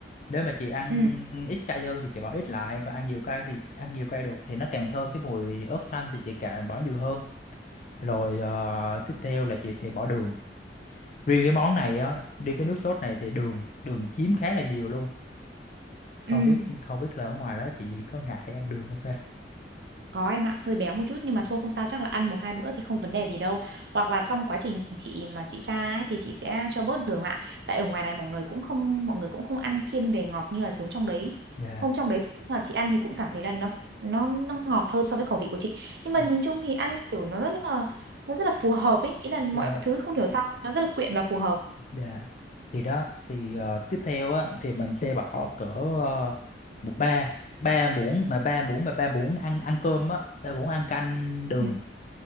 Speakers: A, on the left; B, on the right.
A: nếu mà chị ăn
B: Ừ.
A: ít cay hơn thì chị bỏ ít lại còn ăn nhiều cay thì ăn nhiều cay được thì nó càng thơm cái mùi ớt xanh thì chị càng bỏ nhiều hơn rồi ờ, tiếp theo là chị sẽ bỏ đường riêng cái món này á riêng cái nước sốt này thì đường đường chiếm khá là nhiều luôn không
B: Ừ.
A: biết không biết là ở ngoài đó chị có ngại ăn đường không ta
B: Có em ạ, hơi béo một chút nhưng mà thôi không sao, chắc là ăn một hai bữa thì không vấn đề gì đâu. Hoặc là trong quá trình chị mà chị tra ấy, thì chị sẽ cho bớt đường lại. Tại ở ngoài này mọi người cũng không mọi người cũng không ăn thiên về ngọt như là giống trong đấy.
A: Dạ,
B: Hôm trong đấy thì cũng là chị ăn thì cũng cảm thấy là nó nó nó ngọt hơn so với khẩu vị của chị. Nhưng mà
A: dạ,
B: nhìn chung thì ăn kiểu nó rất là nó rất là phù hợp ấy, ý là mọi
A: dạ.
B: thứ không hiểu sao nó rất là quyện và phù hợp.
A: dạ. Thì đó, thì ờ, tiếp theo á, thì mình sẽ bỏ cỡ ờ, một ba, ba muỗng mà ba muỗng mà ba muỗng ăn ăn cơm á, ba muỗng ăn canh đường
B: Ừ.